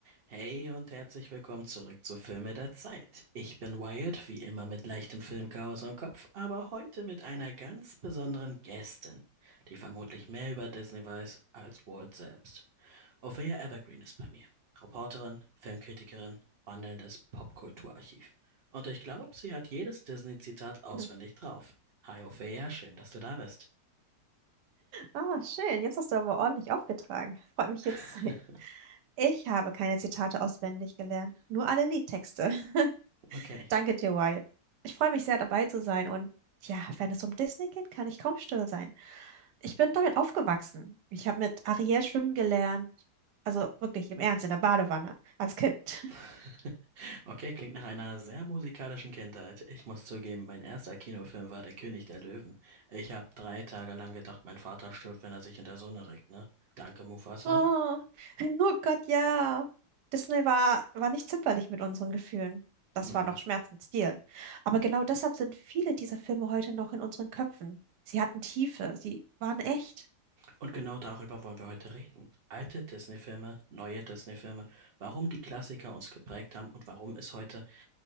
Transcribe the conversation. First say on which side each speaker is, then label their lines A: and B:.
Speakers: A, on the right; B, on the right.
A: Hey und herzlich willkommen zurück zu Filme der Zeit. Ich bin Wyatt, wie immer mit leichtem Filmchaos im Kopf, aber heute mit einer ganz besonderen Gästin, die vermutlich mehr über Disney weiß als Walt selbst. Ophelia Evergreen ist bei mir. Reporterin, Filmkritikerin, wandelndes Popkulturarchiv. Und ich glaube, sie hat jedes Disney-Zitat auswendig
B: Hm.
A: drauf. Hi Ophelia, schön, dass du da bist.
B: Ah, schön. Jetzt hast du aber ordentlich aufgetragen. Freut mich hier
A: <laughs>
B: zu sein. Ich habe keine Zitate auswendig gelernt, nur alle Liedtexte. <laughs>
A: Okay,
B: Danke dir, Wyatt. Ich freue mich sehr, dabei zu sein. Und ja, wenn es um Disney geht, kann ich kaum still sein. Ich bin damit aufgewachsen. Ich habe mit Ariel schwimmen gelernt. Also wirklich im Ernst, in der Badewanne als Kind.
A: <laughs> Okay, klingt nach einer sehr musikalischen Kindheit. Ich muss zugeben, mein erster Kinofilm war Der König der Löwen. Ich habe drei Tage lang gedacht, mein Vater stirbt, wenn er sich in der Sonne regt, ne? Danke, Mufasa.
B: Oh, <laughs> oh Gott, ja. Disney war, war nicht zimperlich mit unseren Gefühlen. Das
A: Mhm.
B: war noch Schmerz mit Stil. Aber genau deshalb sind viele dieser Filme heute noch in unseren Köpfen. Sie hatten Tiefe, sie waren echt.
A: Und genau darüber wollen wir heute reden. Alte Disney-Filme, neue Disney-Filme, warum die Klassiker uns geprägt haben und warum es heute,